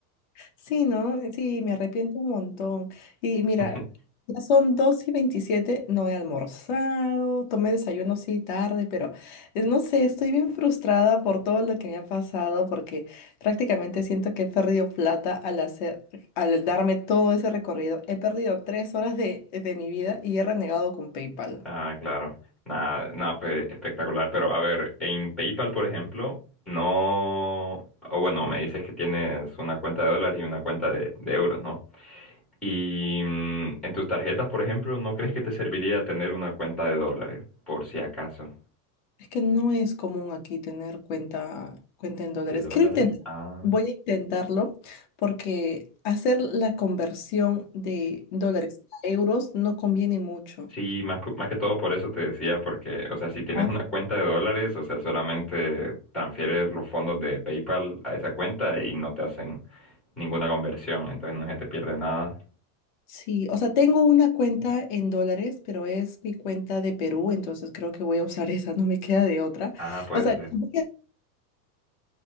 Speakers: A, on the left; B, in the centre.
A: Sí, ¿no? Sí, me arrepiento un montón. Y mira,
B: <laughs>
A: ya son 2 y 27. no he almorzado, tomé desayuno sí tarde, pero eh, no sé, estoy bien frustrada por todo lo que me ha pasado porque prácticamente siento que he perdido plata al hacer, al darme todo ese recorrido. He perdido tres horas de, de mi vida y he renegado con PayPal.
B: Ah, claro. Nada, nada, pe- espectacular. Pero a ver, en PayPal, por ejemplo, no. O bueno, me dices que tienes una cuenta de dólares y una cuenta de, de euros, ¿no? Y mm, en tus tarjetas, por ejemplo, ¿no crees que te serviría tener una cuenta de dólares? Por si acaso.
A: Es que no es común aquí tener cuenta, cuenta en dólares.
B: ¿De dólares?
A: Quiero intentar,
B: Ah.
A: voy a intentarlo porque hacer la conversión de dólares a euros no conviene mucho.
B: Sí, más, po- más que todo por eso te decía, porque, o sea, si tienes
A: Ah,
B: una cuenta de dólares, o sea, solamente transfieres los fondos de PayPal a esa cuenta y no te hacen ninguna conversión, entonces no se te pierde nada.
A: Sí, o sea, tengo una cuenta en dólares, pero es mi cuenta de Perú, entonces creo que voy a usar esa, no me queda de otra.
B: Ah, puede
A: O sea,
B: ser.
A: voy